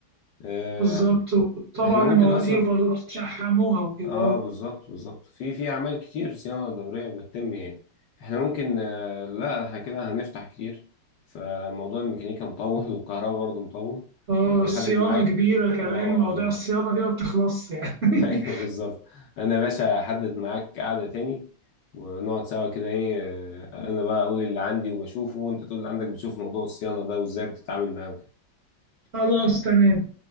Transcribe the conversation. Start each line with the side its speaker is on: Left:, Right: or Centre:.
Left: آه،
Right: بالظبط وطبعا
Left: احنا ممكن
Right: المواتير
Left: اصلا
Right: برضو بتشحموها وكده
Left: اه
Right: اه
Left: بالظبط بالظبط في في اعمال كتير صيانه دوريه بتتم يعني احنا ممكن آه، لا احنا كده هنفتح كتير فموضوع الميكانيكا مطول <laughs> والكهرباء برضه مطول
Right: آه،
Left: انا
Right: الصيانة
Left: احدد معاك
Right: كبيرة كمان
Left: اه
Right: موضوع الصيانة دي ما بتخلصش يعني
Left: <laughs> ايوه
Right: <laughs>
Left: بالظبط انا يا باشا احدد معاك قعده تاني ونقعد سوا كده ايه آه، انا بقى اقول اللي عندي وبشوفه وانت تقول اللي عندك بتشوف موضوع الصيانه ده وازاي بتتعامل معاه وكده
Right: خلاص تمام